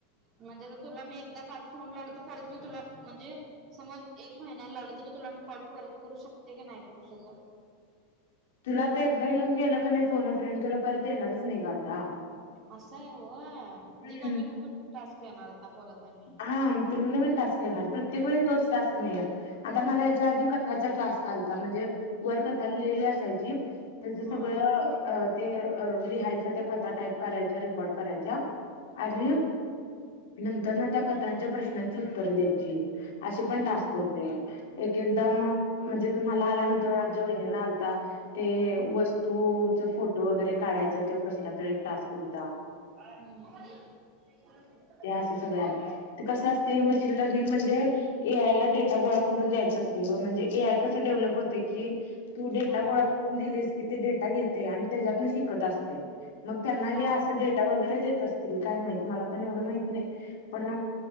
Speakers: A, on the right; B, on the left.
A: म्हणजे तुला मी एकदा पाच फोन लावलो तर परत मी तुला म्हणजे समज एक महिन्या लावल त.. तुला मी कॉल परत करू शकते की नाही करू शकत..
B: तुला तर एकदा येऊन गेलं का नाही फोन फ्रेंड तुला परत येणारच नाही का आता...
A: असं आहे होय म्हंणजे
B: हम्म.
A: विंडू टास्क येणार आता परत.... आणि
B: हा त नवीन टास्क येणार प्रत्येक वेळी तोच टास्क नाही आता मला याच्या आधी कथाचा ठ तसल म्हणजे वरकथा लिहिली असायची. त्याच
A: हा
B: सगळं ते लिहायच त्या कथा टाईप करायच्या रेकॉर्ड करायच्या... आणि
A: हा
B: नंतर ना त्या कथांच्या प्रश्नाची उत्तरं द्यायची... असे पण
A: हा
B: टास्क होते एक
A: हा
B: एकदाम म्हणजे तुम्हाला आला नव्हतं आमच्या वहिणी... ता ते
A: हम्म
B: वस्तूच फोटो वगैरे काढायच ते कसला तर एक टास्क होता...
A: ह....
B: ते असं सगळं आहे ते कसं असते मशीन लर्निंग म्हणजे ए आय ला डेटा गोळा करून द्यायचां असते गं म्हणजे ए आय कसं डे... डेव्हलप होते की, तू डेटा
A: हम्म
B: गोळा करून दिलीस की ते डेटा घेते आणि त्याच्यातून शिकत असते. मग त्यांना हे
A: हा
B: असं डेटा वगैरे देत असतील काय माहित मला पण एवढं माहित नाही. पण